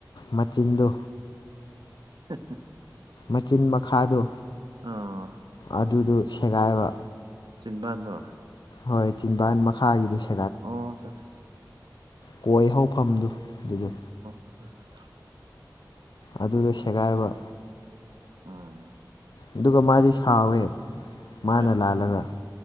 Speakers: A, on the left; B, on the right.
A: ꯃꯆꯤꯟꯗꯣ
B: ꯍꯥ ꯍꯥ
A: ꯃꯆꯤꯟ ꯃꯈꯥꯗꯨ
B: ꯑꯣ
A: ꯑꯗꯨꯗꯨ ꯁꯦꯒꯥꯏꯕ
B: ꯆꯤꯟꯕꯥꯟꯗꯣ
A: ꯍꯣꯏ ꯆꯤꯟꯕꯥꯥꯟ ꯃꯈꯥꯒꯤꯗꯨꯁꯨ
B: ꯑꯣ ꯑꯆꯥ
A: ꯀꯣꯏ ꯍꯧꯐꯝꯗꯨ ꯑꯗꯨꯗꯣ
B: ꯎ <inaudible>
A: ꯑꯗꯨꯗ ꯁꯦꯒꯥꯏꯕ
B: ꯑꯥ
A: ꯑꯗꯨꯒ ꯃꯥꯗꯤ ꯁꯥꯎꯋꯦ ꯃꯥꯅ
B: ꯑꯁ
A: ꯂꯥꯜꯂꯒ